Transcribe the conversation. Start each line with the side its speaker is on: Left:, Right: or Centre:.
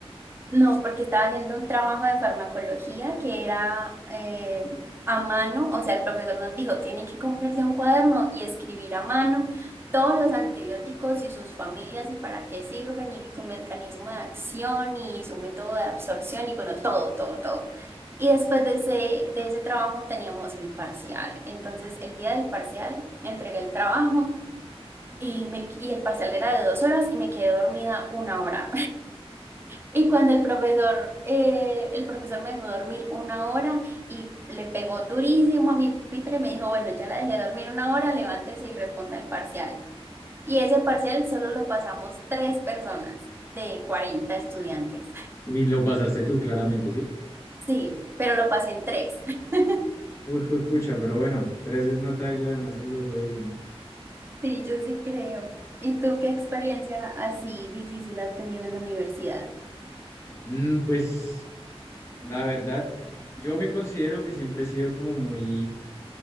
Right: No, porque estaba haciendo un trabajo de farmacología que era eh, a mano, o sea, el profesor nos dijo, tienen que comprarse un cuaderno y escribir a mano todos los antibióticos y sus familias y para qué sirven y su mecanismo de acción y su método de absorción y bueno, todo, todo, todo. Y después de ese, de ese trabajo teníamos el parcial. Entonces, el día del parcial entregué el trabajo y, me, y el parcial era de dos horas y me quedé dormida una hora. Y cuando el profesor, eh, el profesor me dejó dormir una hora y le pegó durísimo a mi pupitre y me dijo, bueno, ya la dejé dormir una hora, levántese y responda el parcial. Y ese parcial solo lo pasamos tres personas de cuarenta estudiantes.
Left: Y lo pasaste tú, claramente, ¿sí?
Right: Sí, pero lo pasé en tres. <laughs>
Left: Uy, fue pucha, pero bueno, tres es nota y lo demás es lujo, dicen, ¿no?
Right: Sí, yo sí creo. ¿Y tú qué experiencia así difícil has tenido en la universidad?
Left: Mm, pues la verdad, yo me considero que siempre he sido como muy,